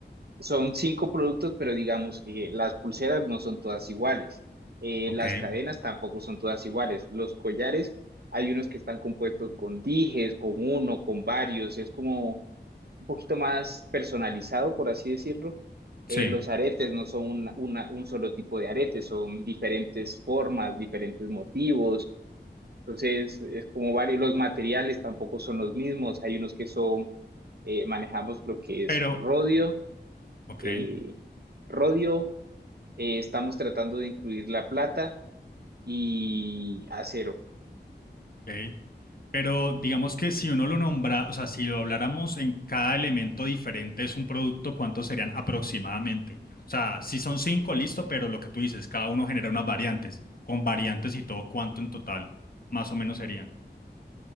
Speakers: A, on the right (about 60°); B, on the left (about 55°).
A: son cinco productos, pero digamos que las pulseras no son todas iguales. Eh,
B: ok,
A: las cadenas tampoco son todas iguales. Los collares, hay unos que están compuestos con dijes, con uno, con varios. Es como un poquito más personalizado, por así decirlo.
B: sí,
A: Eh, los aretes no son una- una- un solo tipo de aretes, son diferentes formas, diferentes motivos Entonces, es como varios, los materiales tampoco son los mismos. Hay unos que son, eh, manejamos lo que es
B: pero...
A: rodio,
B: Ok,
A: eh, rodio, eh, estamos tratando de incluir la plata y acero.
B: ok. Pero digamos que si uno lo nombra, o sea, si lo habláramos en cada elemento diferente es un producto, ¿cuántos serían aproximadamente? O sea, si son cinco, listo, pero lo que tú dices, cada uno genera unas variantes. Con variantes y todo, ¿cuánto en total más o menos serían?